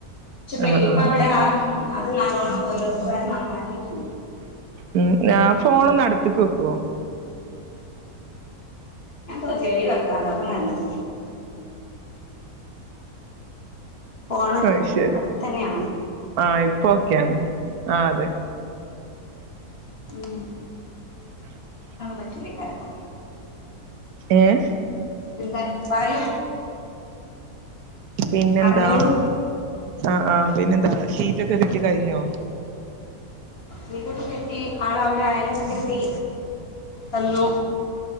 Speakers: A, on the left; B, on the right.
A: ക്ഷെ
B: ആഹ്
A: ഇപ്പ
B: ആഹ്
A: അവിടെ അത് നല്ലോണ്ണം തൊഴിലൊറപ്പ്കാര് നന്നാക്കീട്ട്ണ്ട്
B: ഉം ആഹ് ഫോണൊന്ന് അടുത്ത്ക്ക് വെക്കുവൊ
A: ഞാൻ ചെവീലെക്കാ അതപ്പൊ നല്ലത്. ഫോണ്
B: അയ് ശെരി
A: അടുത്ത് തന്നെയാണ്
B: ആഹ് ഇപ്പൊ ഓക്കെയാണ് ആഹ് അതെ.
A: ഉം <unintelligible> പറ്റൂല്ലേക്കാരപ്പം.
B: ഏഹ്?
A: എന്താ പറയൂ.
B: പിന്നെന്താ
A: പറഞ്ഞോളൂ
B: ആ ആ പിന്നെന്താ ഷീറ്റൊക്കെ കിട്ടി കഴിഞ്ഞോ
A: വീട്ടൊക്കെ കെട്ടി ആൾ അവിടെ അയിലൊക്കെ കെട്ടീ വന്നൂ.